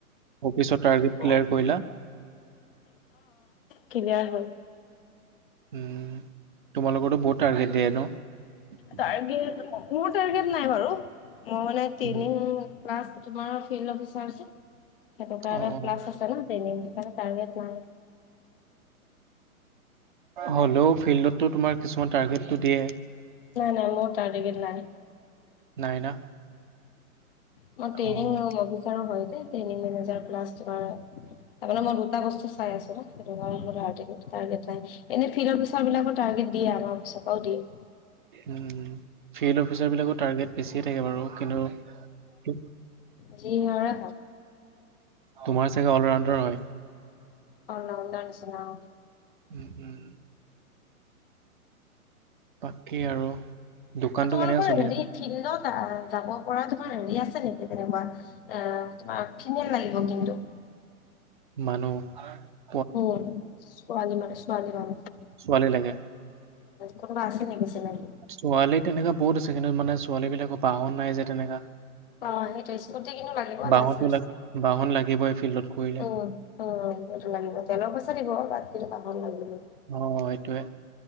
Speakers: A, on the right; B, on the left.
A: অফিচৰ টাৰ্গেট ক্লিয়াৰ
B: অ
A: কৰিলা
B: কিবা হ'ল
A: উ তোমালোকো বহুত টাৰ্গেট দিয়ে ন।
B: টাৰ্গেট মোৰ টাৰ্গেট নাই বাৰু মই মানে তিনি
A: উম,
B: প্লাছ তোমাৰ ফিল্ড অফিচাৰ আছে সেইটো কাৰ
A: অ অ
B: প্লাছ আছে ন ট্ৰেইনিং মে তাৰ্গেট নাই।
A: হ'লেও ফিল্ডতটো তোমাৰ কিছুমান টাৰ্গেটটো দিয়ে।
B: নাই নাই মোৰ তাৰগেট নাই।
A: নাই না
B: মই টেইৰিং
A: অ',
B: অভিচাৰো হয়। টীম মেনেজাৰ প্লাছ তোমাৰ তাৰে মই দুটা বস্তু চাই আছো না। সেইটো কাৰণোৰ নাই এনে ফিল্ড অফচাৰ বিাক টাৰ্গেট দিয়ে আমাৰ অফচৰ পৰাও দিয়ে।
A: উম। ফিল্ড অফিচাৰবিলাকৰ টাৰ্গেট বেছিয়ে থাকে বাৰু কিন্তু
B: যি হয়
A: কুমাৰ চাগে অলৰাউণ্ডাৰ হয়।
B: অলৰাউণ্ডাৰ নিচিনা অ।
A: উ উম বাকী আৰু দোকানটো
B: তোমালোকৰ
A: কেনেকা চলি
B: হেৰি
A: আছে
B: ফিলডত যাব পৰা তোমাৰ হেৰি আছে নেকি তেনেকুৱা অ তোমাৰ ফিমেল লাগিব কিন্তু
A: মানু্হ।।
B: অ ছোৱালী মানুহ, ছোৱালী মানুহ।
A: ছোৱালী লাগে।
B: কোনোবা আছে নেকি চিনাকি
A: ছোৱালী তেনেকা বহুত আছে, কিন্তু মানে ছোৱালীবিলাকৰ বাহন নাই যে তেনেকা।
B: অ' সেইটো স্কুটি কিন্তু লাগিব,
A: বাহনটো
B: লাইচেন্স।
A: লাগে বাহন লাগিবই ফিল্ডত কৰিলে
B: উম উম। সেইটো লাগিব তেলৰ পইচা দিব। তাত কিন্তু বাহন লাগিবই।
A: অ সেইটোয়ে